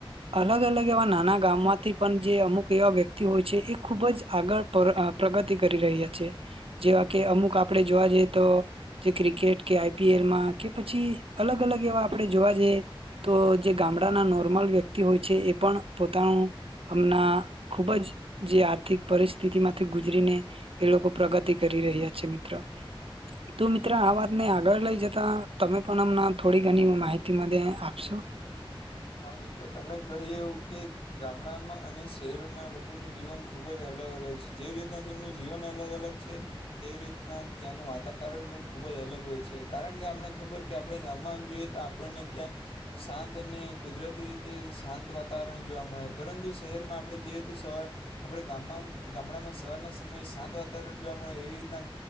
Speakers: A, on the right; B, on the left.
A: અલગ-અલગ એવા નાના ગામમાંથી પણ જે અમુક એવા વ્યક્તિ હોય છે એ ખુબ જ આગળ પ્રગ પ્રગતિ કરી રહ્યા છે જેવા કે અમુક આપણે જોવા જઈએ તો જે ક્રિકેટ કે આઈપીએલમાં કે પછી અલગ-અલગ એવા આપણે જોવા જઈએ તો જે ગામડાના નોર્મલ વ્યક્તિ હોય છે, એ પણ પોતાનું અમના ખુબ જ જે આર્થિક પરિસ્થિતિ માંથી ગુજરીને એ લોકો પ્રગતિ કરી રહ્યા છે મિત્ર તો મિત્ર આ વાતને આગળ લઈ જતા તમે પણ અમ થોડી ઘણી માહિતી મને આપશો.
B: હા મિત્ર તમે કહ્યું કે ગામડામાં અને શહેરોના લોકોનું જીવન ખૂબ જ અલગ-અલગ છે જેવી રીતના તેમનું જીવન અલગ-અલગ છે તેવી રીતના ત્યાંનું વાતાવરણ પણ ખૂબ જ અલગ હોય છે, કારણ કે આપણે ખબર કે આપણે ગામમાં જોઈએ તો આપણને ત્યાં શાંત અને કુદરતી રીતે શાંત વાતાવરણ જોવા મળે પરંતુ શહેરમાં આપણે જઈએ તો સવાર આપણે ગામમાં ગામડામાં સવારના સમયે શાંત વાતાવરણ જોવા મળે એવી રીતના